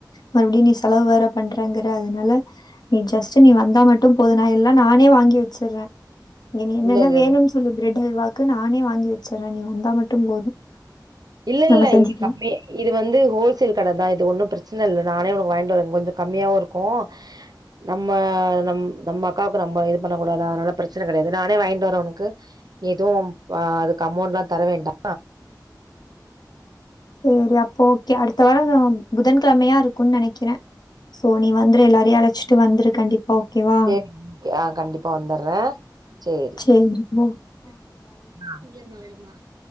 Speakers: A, on the left; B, on the right.
A: மறுபடியு நீ செலவு வேற பண்றங்கற அதனால நீ ஜஸ்ட் நீ வந்தா மட்டு போது நா எல்லா நானே வாங்கி வச்சிர்ற இங்க நீ என்னென்ன
B: இல்ல இல்ல
A: வேணுன் சொ முலு ப்ரெட் அல்வாக்கு நானே வாங்கி வச்சிர்ற நீ வந்தா மட்டு போதும்
B: இல்லல்ல
A: நம்ம செஞ்சுக்கலாம்
B: இங்க கம்மி இது வந்து ஹோல்சேல் கட தா இது ஒன்னு பிரச்சன இல்ல நானே உனக் வாங்கிட் வற்ற கொஞ்ச கம்மியாவு இருக்கு நம்ம நம் நம்ம அக்காவுக்கு நம்ம இது பண்ண கூடாதா அதனால பிரச்சன கடையாது நானே வாங்கிட் வற்ற உனக்கு ஏதோ அம் அதுக்கு அமௌண்ட்லா தர வேண்டா
A: சேரி அப்போ ஓகே அடுத்த வாரம் புதன்கிழமையா இருக்குன் நனைக்கிற சோ நீ வந்துரு எல்லாரையு அழச்சிட் வந்துரு கண்டிப்பா ஓகேவா?
B: சேரி ஆ கண்டிப்பா வந்தர்ற சேரி
A: பேய் இருக்மோ
B: <unintelligible>